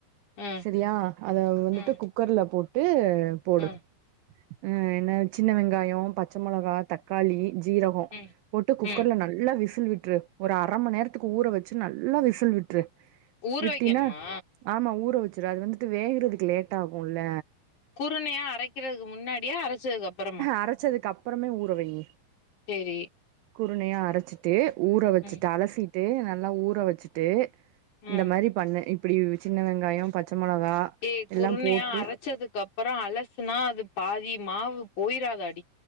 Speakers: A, on the left (about 50°); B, on the right (about 80°).
A: ம்
B: செரியா அத வந்துட்டு
A: ம்
B: குக்கர்ல போட்டு போடு
A: ம்
B: அ என்ன சின்ன வெங்காயோ பச்ச மொளகா தக்காளி ஜீரகோ
A: ம்
B: போட்டு குக்கர்ல
A: ம்
B: நல்லா விசில் விட்ரு ஒரு அரமணி நேரத்துக்கு ஊற வச்சு நல்லா விசில் விட்டுரு
A: ஊற
B: விட்டினா
A: வைக்கணுமா
B: ஆமா ஊற வச் சுரு அது வந்துட்டு வேகுறதுக்கு லேட் ஆகுல்ல
A: குருணையா அரைக்கிறதுக்கு முன்னாடியா அரைச்சதுக்கு அப்பறமா
B: அரைச்சதுக்கு அப் ப்பறமே ஊர வைய்க
A: சேரி
B: குருணையா அரைச்சுட்டு ஊற வச்சுட்டு
A: ம்
B: அலசிட்டு நல்லா ஊற வச்சுட்டு
A: ம்
B: இந்த மாரி பண்ணு இப்டி சின்ன வெங்காயோ பச்ச மொளகா
A: ஏ
B: எல்லா
A: குருணையா
B: போட்டு
A: அரச்சதுக்கு அப்பறோ அலசுனா அது பாதி மாவு போயிராதாட்